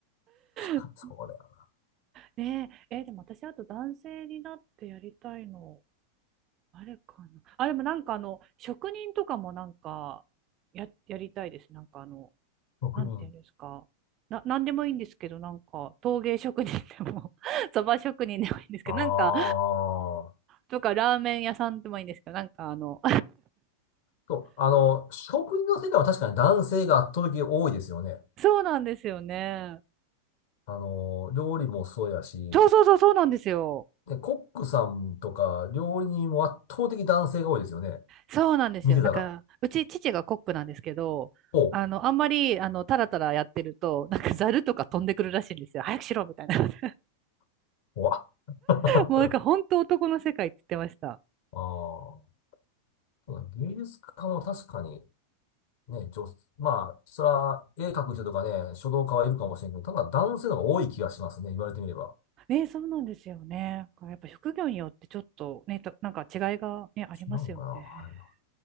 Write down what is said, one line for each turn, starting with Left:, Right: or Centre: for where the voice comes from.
Left: <laughs>
Right: う。<laughs>
Left: そうだよ。
Right: ねえ、えーでも私、あと男性になってやりたいの、あれかな。あ、でもなんかあの、職人とかもなんか、や、やりたいです。なんかあの、
Left: 職人。
Right: なんていうんですか。な、なんでもいいんですけど、なんか、陶芸職人でも <laughs> そば職人でもいいんですけど、
Left: ああ。
Right: なんかとか、ラーメン屋さんでもいいんですけど、なんかあの、
Left: そう、あの、食事の世界は確かに男性が圧倒的に多いですよね。
Right: <laughs> そうなんですよね。
Left: あの、料理もそうやし、
Right: そうそうそう、そうなんですよ。
Left: で、コックさんとか料理人も圧倒的に男性が多いですよね。
Right: そうなんですよ。
Left: 見てたら。
Right: なんか、うち父がコックなんですけど、
Left: おう、
Right: あの、あんまり、あの、タラタラやってると、なんかザルとか飛んでくるらしいんですよ。早くしろみたいな。<laughs>
Left: おわ。<laughs> あ
Right: もうなんか本当男の世界って言ってました。
Left: あ、そうだ芸術家も確かに、ね、女、まあ、そら、絵描く人とかね、書道家はいるかもしれんけど、ただ男性の方が多い気がしますね、言われてみれば。
Right: ね、そうなんですよね。やっぱ職業によってちょっとね、たなんか違いがね、ありますよね。
Left: 違うのかな。はい